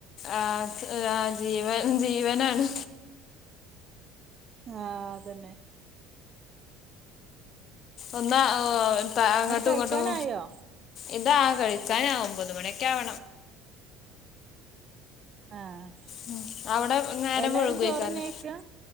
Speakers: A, on the left; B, on the right.
A: ആഹ് ച് ആഹ് ജീവൻ ജീവനാണ്
B: ആഹ് അത്‌ തന്നെ
A: ഒന്നാ ഓ പ അങ്ങട്ടും
B: ഇങ്ങട്ട് കഴിക്കാനായോ
A: ങ്ങട്ടും ഇതാ കഴിക്കാനാവും ഒമ്പത് മണിക്കെ ആവ
B: ആഹ്
A: ഉം അവ്ടെ നേരം
B: എല്ലാരും
A: വഴുകോക്കാരം
B: ചോറന്നെ കഴിക്കാ